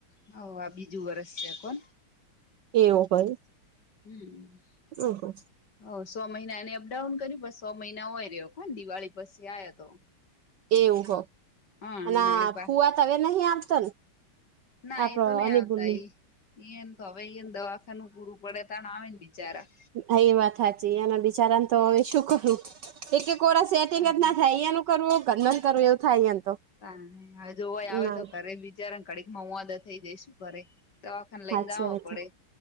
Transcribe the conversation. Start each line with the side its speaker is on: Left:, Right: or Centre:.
Left: હ આ બીજું વરસ છે કોણ?
Right: એવું હોાઈ.
Left: હમ
Right: ઓ
Left: હ સો મહિના એ અપડાઉન કર પછ સો મહિના હોય રહ્યો કોણ દિવાળી પછી આવ્યા તો.
Right: એવું હો
Left: હા
Right: અને
Left: વળી પા
Right: ફુવા ત હવે નહ આવતા ને?
Left: ના
Right: આપડો
Left: એ તો નહી
Right: અનિબુની
Left: આવતા એ એને તો હવે એને દવાખાનું પૂરું પડે તને આવે ને બિચારા
Right: હા એ વાત સાચી અંના બિચારાને તો હવે શું કરું એક એક કોરા સેટિંગ
Left: તાણે
Right: જ ના થાય અંયાનું, કરવો ગન કરવું એું થાય <unintelligible>
Left: તા હવે જોવાઈ આવે
Right: ના
Left: તો ઘરે બિચાર ને કડીક માં હું વાદા થઈ જઈ શું કરે, દવાખાને લઈને
Right: હા છે
Left: જાવો
Right: વાત
Left: પડે